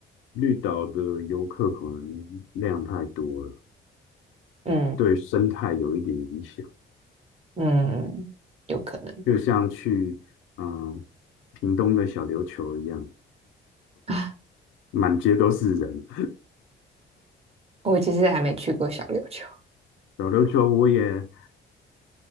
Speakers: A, on the left; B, on the right.
A: 绿岛的游客可能量太多了，
B: 嗯
A: 对生态有一点影响，
B: 嗯，有可能。
A: 就像去嗯屏东的小琉球一样，
B: <laughs>
A: 满街都是人。
B: 我其实还没去过小琉球。
A: 小琉球我也